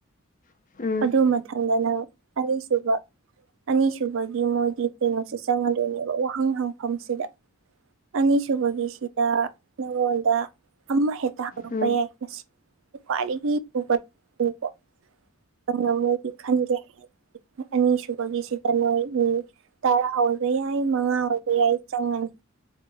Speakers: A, on the left; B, on the right.
A: ꯎꯝ
B: ꯑꯗꯨ ꯃꯊꯪꯗ ꯅꯪ ꯑꯅꯤꯁꯨꯕ ꯑꯅꯤꯁꯨꯕꯒꯤ ꯃꯣꯏꯒꯤ ꯀꯩꯅꯣꯁꯦ ꯆꯪꯉꯗꯣꯏꯅꯦꯕ ꯋꯥꯍꯪ ꯍꯪꯐꯝꯁꯤꯗ ꯑꯅꯤꯁꯨꯕꯒꯤꯁꯤꯗ ꯅꯉꯣꯟꯗ ꯑꯃ ꯍꯦꯛꯇ <unintelligible>
A: ꯎꯝ ꯎꯝ ꯎꯝ ꯎꯝ
B: ꯌꯥꯏ ꯉꯁꯤ ꯈ꯭ꯋꯥꯏꯗꯒꯤ <unintelligible> ꯑꯩꯅ ꯃꯣꯏꯒꯤ ꯈꯟꯒꯦ <unintelligible> ꯑꯅꯤꯁꯨꯕꯒꯤꯁꯤꯗ ꯅꯣꯏ <unintelligible> ꯇꯔꯥ ꯑꯣꯏꯕ ꯌꯥꯏ ꯃꯉꯥ ꯑꯣꯢꯕ ꯌꯥꯏ ꯆꯪꯉꯅꯤ